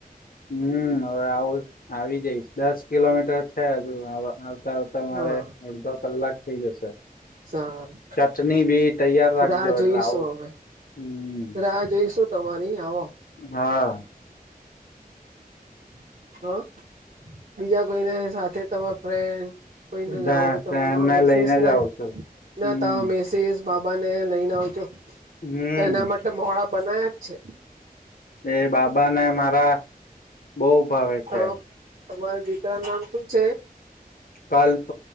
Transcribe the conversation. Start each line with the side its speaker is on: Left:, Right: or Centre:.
Left: હમ હવે આવું આવી જઈશ દસ કિલોમીટર છે હજુ આવતા આવતા મારે
Right: હા
Left: અડધો કલાક થઇ જશે
Right: સારું
Left: ચટણી ભી તૈયાર રાખજો
Right: રાહ જોઈશું
Left: એટલે આવું
Right: અમે
Left: હમ
Right: રાહ જોઈશું તમારી આવો
Left: હા
Right: <inaudible> હ બીજા કોઈને સાથે તમાર ફ્રેન્ડ કોઈ
Left: બધા
Right: ના લાવું હોય
Left: ફ્રેન્ડને
Right: તોસીસ
Left: લઈને
Right: ના
Left: જ આવ છું.
Right: ના
Left: હમ
Right: ત મેસીસ બાબા ને લઈને આવજો
Left: હમ
Right: એના માટે મોડાા બનાયા જ છે
Left: એ બાબાને મારા બહુ ભાવે છે
Right: તો તમારા દીતા નામ શું છે
Left: કલ્પ